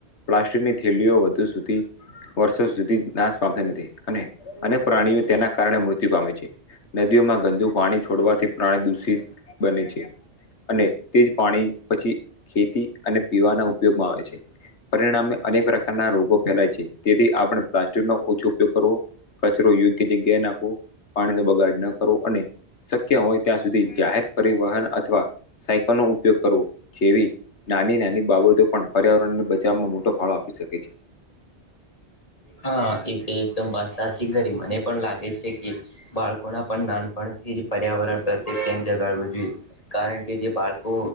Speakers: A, on the left (about 85°); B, on the left (about 35°).
A: પ્લાસ્ટિકની થેલીઓ વધુ સુધી વર્ષો સુધી નાશ પામતા નથી. અને અનેક પ્રાણીઓ તેના કારણે મૃત્યુ પામે છે. નદીઓમાં ગંદુ પાણી છોડવાથી પ્રાણી દૂષિત બને છે. અને તે જ પાણી, પછી ખેતી અને પીવાના ઉપયોગમાં આવે છે. પરિણામે અનેક પ્રકારના રોગો ફેલાય છે. તેથી, આપણે પ્લાસ્ટિક નો ઓછો ઉપયોગ કરવો કચરો યોગ્ય જગ્યાએ નાખવો, પાણીનો બગાડ ન કરવો, અને શક્ય હોય ત્યાં સુધી જાહેર પરિવહન અથવા સાયકલ નો ઉપયોગ કરવો, જેવી નાની નાની બાબતો પણ, પર્યાવરણને બચાવમાં મોટો ફાળો આપી શકે છે.
B: હા, એ તો એકદમ વાત સાચી ઘરી, મને પણ લાગે છે કે બાળકો ના પણ નાનપણ પર્યાવરણ પ્રત્યે પ્રેમ જગાડવો જોઈએ. કારણ કે જે બાળકો